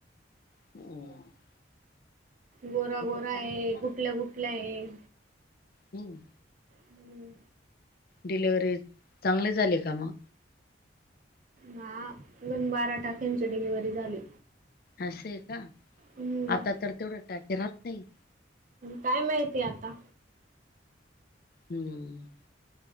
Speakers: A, on the left; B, on the right.
A: हो
B: गोरा गोरा
A: चांगली
B: आहे
A: ना
B: गुठल्या गुटल्या आहे
A: हम्म
B: हं.
A: डिलव्हरी चांगली झाली का मग
B: हा अून बारा टाकेंची डिलिवररी झाली
A: असे का
B: हं.
A: आता तर तेवढं टाके राहत नाही
B: काय माहितीय आता
A: हम्म